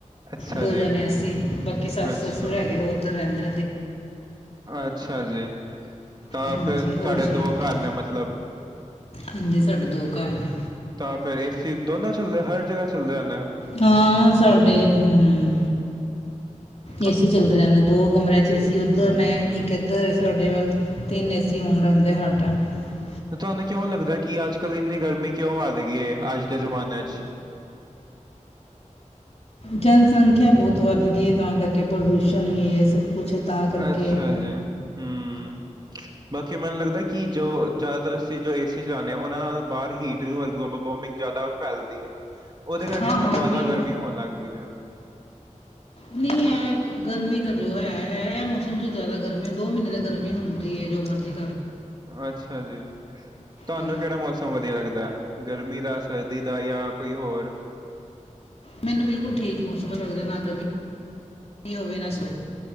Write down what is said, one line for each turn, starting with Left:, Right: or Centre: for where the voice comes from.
Right: ਅੱਛਾ
Left: ਦੋ
Right: ਜੀ
Left: ਜਨੇ ਅਸੀਂ ਬਾਕੀ ਸੱਸ
Right: ਅੱਛਾ
Left: ਸਸੂਰ ਹੈਗੇ ਓ ਓਦਰ ਰੈਂਦੇ
Right: ਅੱਛਾ ਜੀ, ਤਾਂ
Left: ਹਾਂਜੀ
Right: ਫਿਰ ਤੂਆੜੇ
Left: ਹੋਰ ਸੁਣਾਓ
Right: ਦੋ ਘਰ
Left: ਕੀ
Right: ਨੇ ਮਤਲਬ?
Left: ਹਾਂਜੀ ਸਾਡੇ ਦੋ ਘਰ ਨੇ
Right: ਤਾਂ ਫਿਰ ਅਸੀਂ, ਦੋਨੋਂ, ਚੱਲਦੇ ਹਰ ਜਗ੍ਹਾ ਚੱਲਦੇ ਅ।
Left: ਹਾਂ ਸਾਡੇ ਹੁ?
Right: ਹਮ <inaudible>
Left: ਏ ਸੀ, ਚੱਲਦੇ ਰਹਿੰਦੇ, ਦੋ ਕਮਰਿਆਂ ਚ ਏ ਸੀ ਉੱਧਰ
Right: ਹਮ
Left: ਨੇ, ਇੱਕ ਏਧਰ ਸਾਡੇ ਵੱਲ, ਤਿੰਨ ਏ ਸੀ ਹੋਣ ਰਹਿੰਦੇ ਤੇ ਹਰ ਟਾਈਮ ਫੋਨ
Right: ਤੁਹਾਨੂੰ ਕਿਉਂ ਲੱਗਦਾ, ਕਿ ਅੱਜ ਕੱਲ੍ਹ ਇੰਨੀ ਗਰਮੀ ਕਿਉਂ ਆ ਗਈ ਏ, ਅੱਜ ਦੇ ਜ਼ਮਾਨੇ ਚ? <unintelligible>
Left: ਜਨ ਸੰਖਿਆ, ਬਹੁਤ ਵੱਧ ਗਈ ਏ ਤਾਂ ਕਰਕੇ ਕਿ ਪ੍ਰਦੂਸ਼ਣ, ਵੀ ਏ ਸਭ ਕੁਛ ਤਾਂ ਕਰਕੇ--ਹੂ।
Right: ਅੱਛਾ ਜੀ, ਹੂੰ। ਬਾਕੀ, ਮੈਨੂੰ ਲੱਗਦਾ ਕਿ ਜੋ ਅਸੀ ਜੋ ਏ ਸੀ ਚਲਾਨੇ ਆ, ਓਨਾਂ ਨਾਲ ਬਾਰ ਹੀਟ ਹੋਰ ਗਲੋ ਬਲ ਵੋਮੀਂਗ ਜੈਆਦਾ ਫੈਲਦੀ ਐ। ਓਦੇ ਕਰਕੇ
Left: ਹਾਂ
Right: ਹੁਨ
Left: ਹਾਂ
Right: ਜਿਆਦਾ
Left: ਉਹ ਵੀ
Right: ਗਰਮੀ ਹੋਣ ਲੱਗ ਗਈ ਆ।
Left: ਨਹੀਂ
Right: ਹੂੰ, ਜੀ
Left: ਹੈ ਗਰਮੀ ਦਾ ਜੋ ਹੈ, ਹੈ ਐ ਮੋਸਮ ਚ ਜ਼ਿਆਦਾ ਗਰਮੀ, ਦੋ ਮ੍ਹੀਨੇ ਤੇ ਗਰਮੀ ਹੁੰਦੀ ਏ ਜੋ ਮਰਜੀ
Right: ਅੱਛਾ ਜੀ, ਤੁਆਨੂੰ
Left: ਹਾਂ
Right: ਕੇੜਾ ਮੋਸਮ ਵਦੀਆ ਲੱਗਦੈ ਗਰ ਮੀ ਦਾ, ਸਰਦੀ ਦਾ ਯਾ ਕੋਈ ਹੋਰ?
Left: ਮੈਨੂੰ ਬਿਲਕੁਲ ਠੀਕ ਮੋਸਮ ਅੱਛਾ ਲੱਗਦੈ, ਨਾ ਗਰਮੀ ਹੋਵੇ ਨਾ ਸ